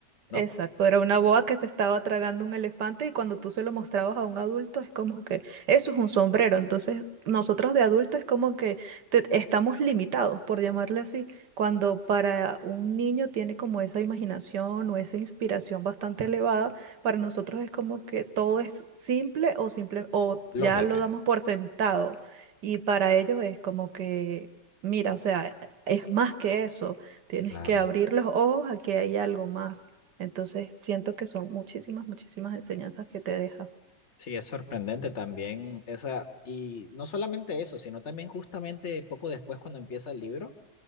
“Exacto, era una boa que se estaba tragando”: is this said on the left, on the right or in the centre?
Right